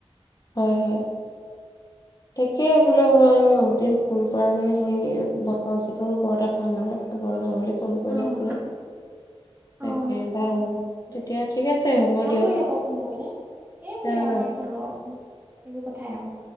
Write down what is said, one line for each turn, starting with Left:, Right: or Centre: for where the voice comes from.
Left: হয়, হয়। তাকেই বোলো মই বহুতদিন ফোন কৰা নাই। সেই বতৰ-চতৰো বৰ এটা ভাল নহয় খবৰ লওঁ বুলি। ফোন কৰিলে
Right: অ',
Left: বোলে তাকে
Right: অ'।
Left: বাই তেতিয়া ঠিক আছে হ'ব
Right: ভাল
Left: দিয়ক।
Right: কৰি <unintelligible> ফোন কৰিলে এইবোৰে
Left: অ'
Right: আমাৰ ঘৰৰ এইবোৰ কথাই আও